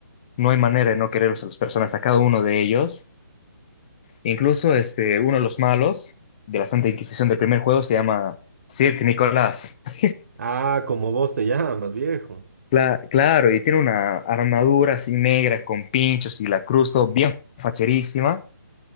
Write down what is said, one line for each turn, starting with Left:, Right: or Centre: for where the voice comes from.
Left: No hay manera de no quererlos a los personajes, a cada uno de ellos. Incluso este, uno de los malos de la Santa Inquisición del primer juego se llama Sir Nicolás. <laughs>
Right: ah, como vos te llamas, viejo.
Left: Cla- claro, y tiene una armadura así negra con pinchos y la cruz todo bien facherísima.